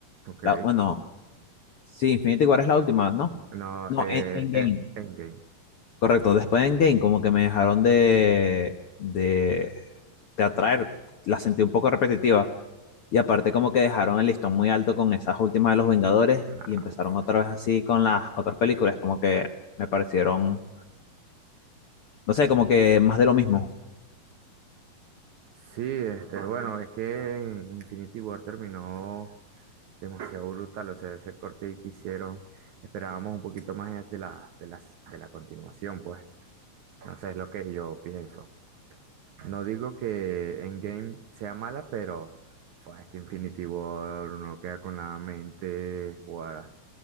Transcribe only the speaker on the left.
la, bueno, sí, Infinity War es la última, ¿no?
No,
en, Endgame,
correcto. Después de Endgame como que me dejaron de, de, de atraer, la sentí un poco repetitiva. Y aparte como que dejaron el listón muy alto con esas últimas de los Vengadores
y empezaron
otra vez así con las otras películas, como que me parecieron, no sé, como que más de lo mismo.